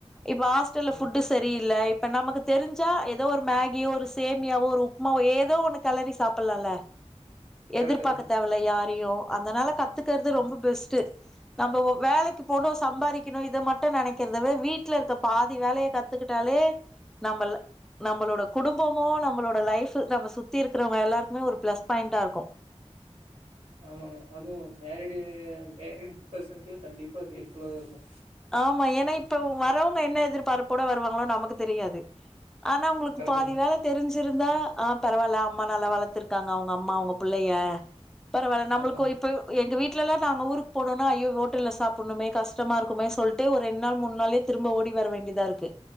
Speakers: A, in the centre; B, on the right.
A: இப்பா டல்ல
B: ம்
A: ஃபுட்டு சரியில்ல இப்ப நமக்கு தெரிஞ்சா ஏதோ ஒரு மேகியோ ஒரு சேமியாவோ ஒரு உப்மாவோ ஏ ஏதோ ஒண்ணு கெளறி சாப்பலால எதிர்பாக்க
B: கரெக்ட் தாங்க
A: தேவல யாரையு அதனால கத்துக்கற்து
B: ஆ
A: ரொம்ப பெஸ்ட்டு நம்ம வேலக்கி போணு சம்பாரிக்கணு இத மட்டு நெனைக்கிறத வீட்ல இருக்க பாதி வேலைய கத்துக்கிட்டாலே நம்ம நம்மளோட குடும்பமோ நம்மளோட லைஃப் நம்ம சுத்தி இருக்குறவங்க எல்லாருக்குமே ஒரு பிளஸ் பாயிண்டா ர்க்கு
B: ஆமாங்க அதுவு மேரிடு மேரிட் பர்சனுகலா கண்டிப்பா அது ஹெல்ப்ஃபுல்லா தா இருக்கு
A: ஆமா ஏன்னா இப்ப வரவங்க என்ன எதிர்பார்ப்போட வருவாங்களொ நமக்கு தெரியாது ஆனா உங்களுக்கு
B: கரெக்ட்
A: பாதி
B: தாங்க
A: வேல தெரிஞ்சிருந்தா அ பரவால்ல அம்மா நல்லா வளத்துர்க்காங்க அவங்க ம்மா அவங்க புள்ளைய பரவாயில்ல நம்மளுக்கு
B: ஆமாங்க
A: இப்போ எங்க வீட்டுல எல்லா நாங்க ஊருக்கு போனோனா ஐயோ ஹோட்டல்ல சாப்புட்மே கஷ்டமா ருக்குமே சொல்ட்டு ரெண் நாள் மூண்நாள் ளே திரும்ப ஓடி வர வேண்டியதா ர்க்கு